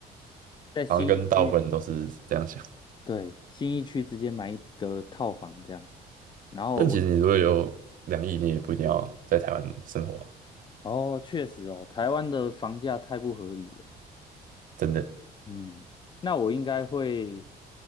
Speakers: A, on the left; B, on the right.
A: 在新一区，
B: 好像跟大部分人都是这样想。
A: 对，新一区直接买一个套房这样。然后我，
B: 但其实你如果有两亿，你也不一定要在台湾生活啊，
A: 哦，确实哦，台湾的房价太不合理了。
B: 真的。
A: 嗯，那我应该会，